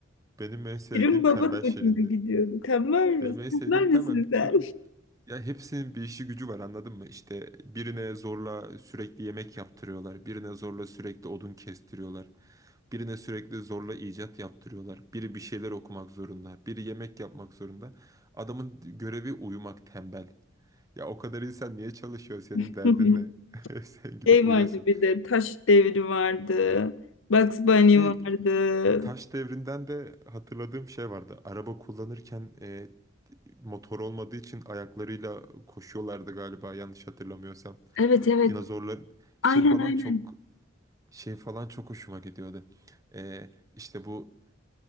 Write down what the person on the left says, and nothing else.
Şirin Baba
da hoşuma
gidiyordu. Tembel misin?
Tembel
misin
sen?
<laughs>
Şey
vardı bir de taş devri vardı. Bugs Bunny
vardı.
Evet evet.
Aynen
aynen.